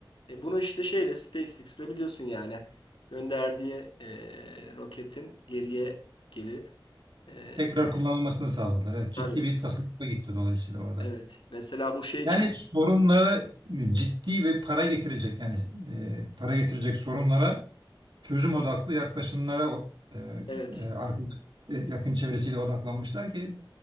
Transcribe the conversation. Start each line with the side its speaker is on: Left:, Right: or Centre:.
Left: E, bunu işte şeyle SpaceX'le biliyorsun yani gönderdiği e, roketin geriye gelip e,
Right: Tekrar kullanılmasını sağladılar. Evet, ciddi
Left: tabii
Right: bir tasarrufa gitti dolayısıyla orada.
Left: evet. Mesela bu şey için
Right: Yani sorunlara ciddi ve para getirecek yani e, para getirecek sorunlara çözüm odaklı yaklaşımlara o- e,
Left: Evet,
Right: e, arka- e, yakın çevresiyle odaklanmışlar ki